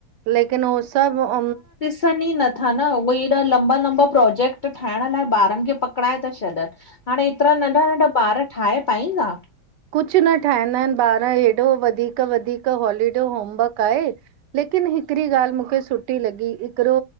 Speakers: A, on the right (about 85°); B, on the left (about 60°).
A: लेकिन उहो सभु
B: ॿुधन ई नथा न उहोई हेॾा लंबा लंबा प्रोजेक्ट ठाहिण लाइ ॿारनि खे पकड़ाए ता छॾनि। त हाणे हेतिरा नंढा-नंढा ॿार ठाहे पाईंदा?
A: कुछु न ठाहींदा आहिनि ॿार, एॾो वधीक वधीक हॉलीडे होमवर्क आहे। लेकिन हिकिड़ी ॻाल्हि मूंखे सुठी लॻी हिकिड़ो